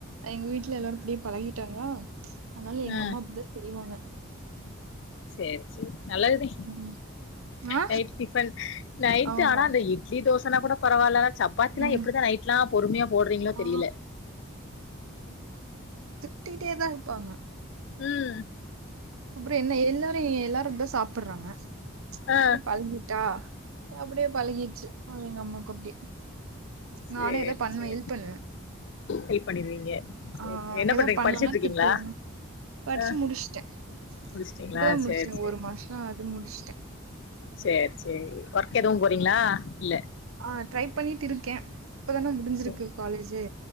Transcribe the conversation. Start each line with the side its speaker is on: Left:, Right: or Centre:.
Right: எங்க வீட்ல எல்லாரு இப்டியே பழகிட்டாங்களா அதனால எங்க
Left: ஆ
Right: அம்மா அப்டித்தா செய்வாங்க
Left: சேரி சேரி நல்லதுதே
Right: ம் ஆ
Left: நைட் டிபன் நைட்
Right: ஆமா
Left: ஆனா அந்த இட் இட்லி தோசனா கூட பரவால்ல சப் பாத்திலா
Right: ம்
Left: எப்டிதா நைட்லா பொறுமையா போடுறீங்களோ
Right: ஆ
Left: தெரியல
Right: கூட்டிட்டே தா இருப்பாங்க
Left: ம்
Right: அப்புறோ என்ன எல்லாரு எல்லாரு தா சாப்பர்றாங்க அப்டி
Left: ஆ
Right: பழங்கிட்டா அப்டியே பழகிடுச்சு அவங் எங்க அம்மாக்கு அப்டி
Left: சேரி
Right: நானே ஏதோ பண்ணுவே
Left: சேரி
Right: இது பண்ணுவே
Left: ஹெல்ப் பண்ணிருவீங்க சேரி
Right: ஆ
Left: சேரி என்ன
Right: ஏதாவ்
Left: பண்றீங்க
Right: பண்லனா
Left: படிச்சுட்டு இருக்கீங்களா
Right: திட்டுவாங்க படிச்சு
Left: ஆ
Right: முடிச்ட்டே
Left: முடிச்சுட்டீங்களா
Right: இப்பதா முடிச்சே
Left: சேரி சேரி
Right: ஒரு மாச அது முடிச்ட்டே
Left: சேரி சேரி ஒர்க் எதுவு போறீங்களா இல்ல
Right: ஆ ட்ரை பண்ணிட்டு இருக்கே இப்பதான முடிஞ்சிருக்கு
Left: சேரி
Right: காலேஜ்ஜு